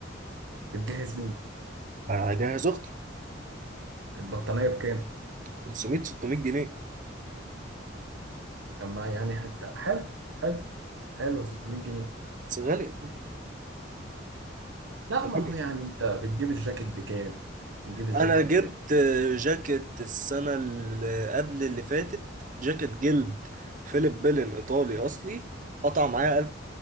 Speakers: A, on the right; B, on the right.
A: بتجهز مين
B: اجهز اختي
A: البطانيه بكام
B: 500 600 جنيه
A: طب ما يعني حتى حلو حلو حلو 600 جنيه
B: بس غالية برضه
A: لا ما
B: غالية
A: هو يعني انت بتجيب الجاكيت بكام بتجيب الجاكيت
B: انا جبت
A: ب
B: آه، جاكيت السنة اللي قبل اللي فاتت جاكيت جلد فيليب بيلن ايطالي اصلي قطع معايا